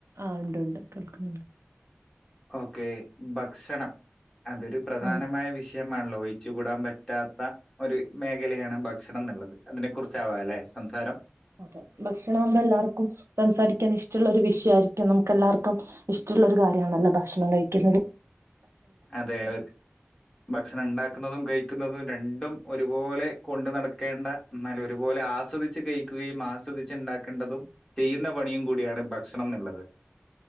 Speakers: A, on the right (about 90°); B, on the left (about 15°).
A: ആ ഇണ്ട് ഇണ്ട് കേൾക്കുന്നുണ്ട്
B: ഓക്കേ ഭക്ഷണം അതൊരു പ്രധാനമായ
A: ആഹ്
B: വിഷയം മാണല്ലോ ഒഴിച്ചു കൂടാൻ പറ്റാത്ത ഒരു മേഖലയാണ് ഭക്ഷണം ന്ന്ള്ളത് അതിനെ കുറിച്ചാവാലേ സംസാരം
A: അതെ ഭക്ഷണാമ്പോ എല്ലാർക്കും സംസാരിക്കാൻ ഇഷ്ടുള്ള ഒരു വിഷ്‌യായിരിക്കും നമുക്ക് എല്ലാർക്കും ഇഷ്ടള്ളൊരു കാര്യാണല്ലോ ഭക്ഷണം കഴിക്കുന്നത്
B: അതെ ഒര് ഭക്ഷണംണ്ടാക്ക ക്ന്നതും കഴിക്കുന്നതും രണ്ടും ഒരുപോലെ കൊണ്ടു നടക്കേണ്ട എന്നാലൊരുപോലെ ആസ്വദിച്ച് കഴിക്കുകയും ആസ്വദിച്ച്ണ്ടാക്കണ്ടതും ചെയ്യുന്ന പണിയും കൂടിയാണ് ഭക്ഷണം ന്ന്ള്ളത്